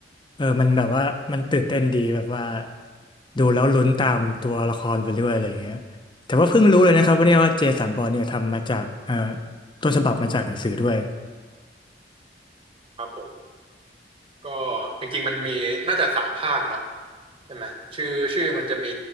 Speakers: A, on the left; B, on the right.
A: เออมันแบบว่ามันตื่นเต้นดีแบบว่าดูแล้วลุ้นตามตัวละครไปเรื่อยอะไรอย่างเงี้ยแต่ว่าเพิ่งรู้เลยนะครับว่าเนี่ยว่าเจสันบอนเนี่ยทำมาจากเอ่อต้นฉบับมาจากหนังสือด้วย
B: ครับผมก็จริงๆมันมีน่าจะสามภาคเนาะใช่ไหมชื่อชื่อมันจะมี